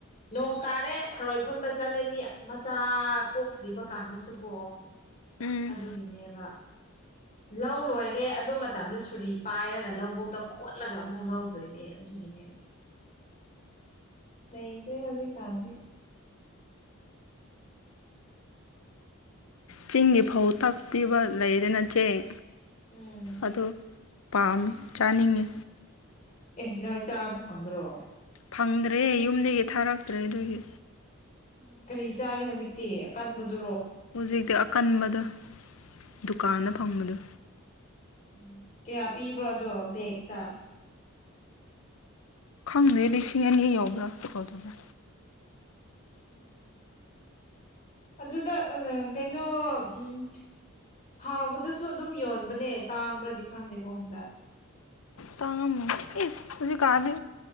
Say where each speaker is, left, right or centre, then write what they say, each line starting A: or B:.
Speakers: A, on the left; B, on the left.
A: ꯅꯣꯡ ꯇꯥꯔꯦ ꯊꯔꯣꯏ ꯈꯨꯟꯕ ꯆꯠꯂꯅꯤ ꯃꯆꯥ ꯄꯣꯛꯇ꯭ꯔꯤꯕ ꯀꯥꯟꯗꯁꯨꯀꯣ
B: ꯎꯝ
A: ꯑꯗꯨꯒꯤꯅꯦꯕ ꯂꯧ ꯂꯣꯏꯔꯦ ꯑꯗꯨ ꯃꯇꯝꯗ ꯁꯨꯔꯤ ꯄꯥꯏꯔꯒ ꯂꯧꯕꯨꯛꯇ ꯈꯣꯠꯂꯒ ꯑꯃꯨꯛ ꯂꯧꯗꯣꯏꯅꯦ ꯑꯗꯨ ꯒꯤꯅꯦꯕ ꯂꯩꯇꯦ ꯍꯧꯖꯤꯛꯀꯟꯗꯤ
B: ꯆꯤꯡꯒꯤ ꯐꯧ ꯇꯥꯛꯄꯤꯕ ꯂꯩꯗꯅ ꯆꯦꯡ
A: ꯎꯝ
B: ꯑꯗꯨ ꯄꯥꯝꯃꯤ ꯆꯥꯅꯤꯡꯉꯦ
A: ꯑꯦ ꯅꯣꯏ ꯆꯥꯕ ꯐꯪꯗ꯭ꯔꯣ
B: ꯐꯪꯗ꯭ꯔꯦ ꯌꯨꯝꯗꯒꯤ ꯊꯥꯔꯛꯇ꯭ꯔꯦ ꯑꯗꯨꯒꯤ
A: ꯎꯝ ꯀꯔꯤ ꯆꯥꯔꯤ ꯍꯧꯖꯤꯛꯇꯤ ꯑꯀꯟꯕꯗꯨ
B: ꯍꯨꯖꯤꯛꯇꯤ ꯑꯀꯟꯕꯗꯣ
A: ꯎꯝ
B: ꯗꯨꯀꯥꯟꯗ ꯐꯪꯕꯗꯣ
A: ꯎꯝ ꯀꯌꯥ ꯄꯤꯕ꯭ꯔꯣ ꯑꯗꯣ ꯕꯦꯛꯇ
B: ꯈꯪꯗꯦ ꯂꯤꯁꯤꯡ ꯑꯅꯤ ꯌꯧꯕ꯭ꯔ ꯌꯧꯗꯕ꯭ꯔ
A: ꯎꯝ ꯑꯗꯨꯗ ꯑꯥ ꯀꯩꯅꯣ ꯎꯝ ꯍꯥꯎꯕꯗꯁꯨ ꯑꯗꯨꯝ ꯌꯣꯟꯕꯅꯦ ꯇꯥꯡꯕ꯭ꯔꯗꯤ ꯈꯪꯗꯦꯀꯣ ꯍꯟꯗꯛ
B: ꯇꯥꯡꯉꯝꯃꯅꯤ ꯏꯁ ꯍꯨꯖꯤꯛ ꯀꯥꯟꯗꯤ